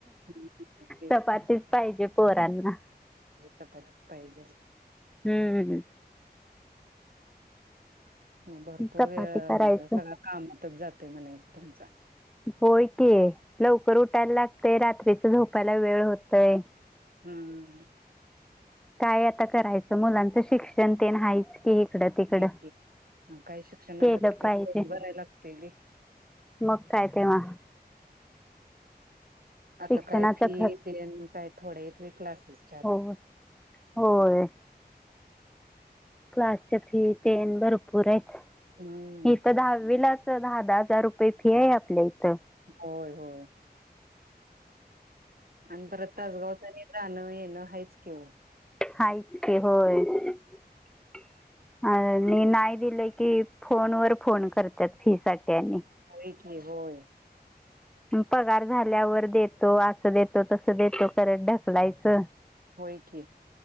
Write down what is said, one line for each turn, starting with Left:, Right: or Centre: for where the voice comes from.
Right: हम्म तेच
Centre: चपातीच
Right: की.
Centre: पाहिजे पोरांना
Right: चपातीच पाहिजे
Centre: हम्म हम्म हम्म
Right: भरपूर
Centre: चपाती
Right: वेळ
Centre: करायचं
Right: सगळा कामातंच जातंय म्हणायचं तुमचा
Centre: होय की लवकर उठायला लागतंय, रात्रीच झोपायला वेळ होतंय.
Right: हम्म
Centre: काय आता करायचं मुलांचं शिक्षण ते न हायच की इकडं तिकडं
Right: एक काय ते काही शिक्षणाला
Centre: केलं
Right: तर कमी
Centre: पाहिजे
Right: भरायला लागते होय
Centre: मग काय तेव्हा
Right: आता
Centre: शिक्षणाचा
Right: काय फी
Centre: खर्च
Right: ते न काय थोडे हायेत वे क्लासेसचे.
Centre: हो होय. क्लासच्या फी तेन भरपूर आहेत
Right: हम्म
Centre: इथं दहावीलाच दहा दहा हजार रुपये फी आहे आपल्या इथं
Right: होय होय आणि परत तासगावचं आणि जाणं येणं हायंच की वो
Centre: हायंच की होय अं आणि नाही दिलं की फोन वर फोन करत्यात फी साठी आणि
Right: होय की होय
Centre: पगार झाल्यावर देतो असं देतो तसं देतो करत ढकलायचं
Right: होय की